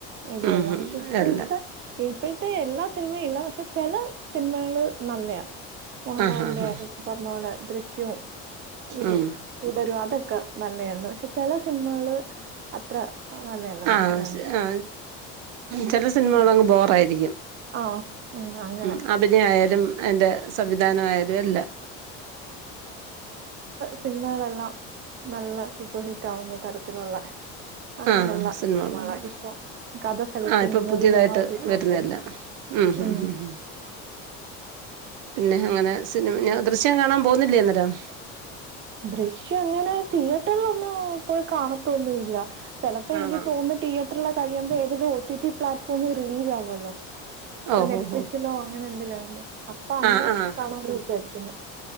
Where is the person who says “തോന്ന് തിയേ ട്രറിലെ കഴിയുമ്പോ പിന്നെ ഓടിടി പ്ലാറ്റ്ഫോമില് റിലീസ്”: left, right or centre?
Right